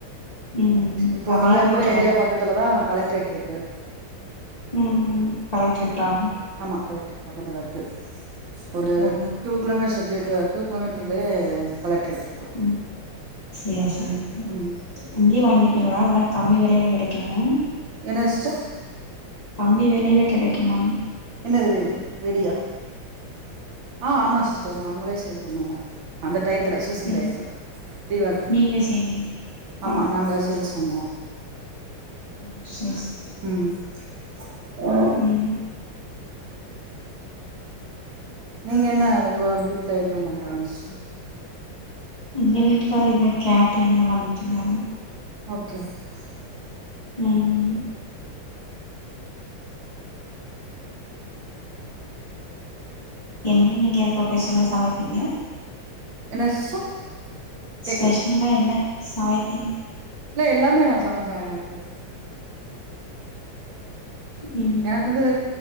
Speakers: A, on the left (about 20°); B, on the right (about 65°).
A: ம்
B: இப்ப
A: நெறைய
B: நா
A: இருக்கு
B: இருக்குற ஏரியா பக்கத்துலதா கலெக்ட்ரேட் இருக்கு
A: ம் ம் கலெக்ட்ரேட்டா
B: ஆமா கலெக்ட்ரேட் பக்கத்துல இருக்கு ஒரு
A: ஓ
B: டூ கிலோமீட்டர் டூ கிலோமீட்டர்லயே கலெக்ரேட் இருக்கு
A: ம் சேரி சேரி
B: ம்
A: அங்கயே வாங்கிப்பீங்களா எல்லா கம்மி வெலைல கெடைக்குமா
B: என்னது சிஸ்டர்
A: கம்மி வெலைல கெடைக்குமான்னு
B: என்னது வெடியா ஆ ஆமா சிஸ்டர் நாங்களே சேல் பண்ணுவோ அந்த டயத்துல சீசன்
A: ம்
B: டயத்துல தீவாளி டைம்
A: நீங்க செய்வீங் ஆ
B: ஆமா நாங்க சேல்ஸ் பண்ணுவோ
A: ம் சேரி சேரி
B: ம்
A: ம்
B: நீங்க என்ன ஒங்க வீட்ல என்ன பண்றாங்க சிஸ்டர்
A: எங்க வீட்டுக்காரு இங்க கேட்ரிங்ல வாங்கி விக்கிறாரு
B: ஓகே ஓகே
A: ம் என் நீங்க இப்போ பெசலா சமைப்பீங்க
B: என்ன சிஸ்டர் கேக்கல
A: ஸ்பெஷல்லா என்ன சமைப்பீங்
B: இல்ல எல்லாமே நா சமைப்பே எனக்கு
A: ம்
B: எனக்கு வந்து